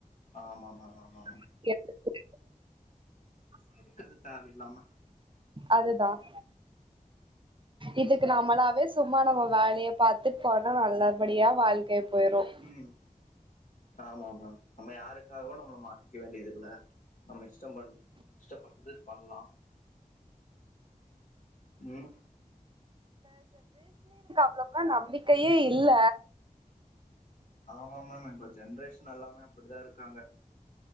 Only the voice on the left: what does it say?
ஆமா மா மா மா மா
எதுக்குது இது தேவலாமா
ம் ஆமா ஆமா நம்ம யாருக்காகவும் நம்மளை மாத்திக்க வேண்டியது இல்லை நம்ம இஷ்டம் பண் இஷ்டப்பட்டது பண்ணலாம் உம்
ஆமா மேம் இப்போ ஜென்ரேஷன் நல்லாமே அப்படிதான் இருக்காங்க